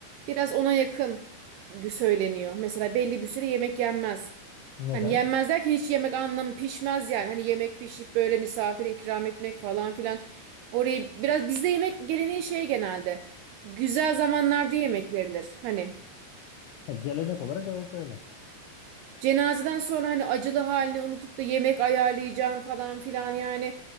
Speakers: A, on the right (about 80°); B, on the left (about 80°).
A: biraz ona yakın söyleniyor. Mesela belli bir süre yemek yenmez.
B: neden?
A: Hani yenmez derken hiç yemek anlamı pişmez yani. Hani yemek pişip böyle misafire ikram etmek falan filan. Orayı biraz bizde yemek geleneği şey genelde. Güzel zamanlarda yemek verilir. Hani
B: Ha, gelenek olarak evet öyle.
A: Cenazeden sonra hani acılı halini unutup da yemek ayarlayacağım falan filan yani